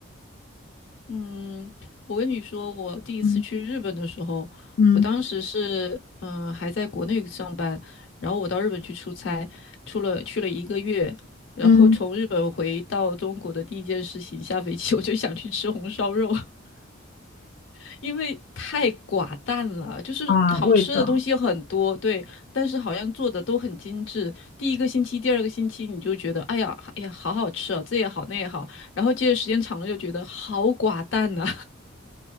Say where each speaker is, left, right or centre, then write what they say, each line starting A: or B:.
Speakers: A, on the left; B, on the left.
A: 嗯，我跟你说，我第一次去日本的时候，
B: 嗯嗯
A: 我当时是嗯、呃还在国内上班，然后我到日本去出差，出了去了一个月，然后从日本回到中国的第一件事情，
B: 嗯，
A: 下飞机 <laughs> 我就想去吃红烧肉，<laughs> 因为太寡淡了，就是好吃的东西很多，
B: 啊，味道。
A: 对，但是好像做的都很精致。第一个星期、第二个星期你就觉得，哎呀，哎呀，好好吃啊，这也好那也好，然后接着时间长了就觉得好寡淡呐、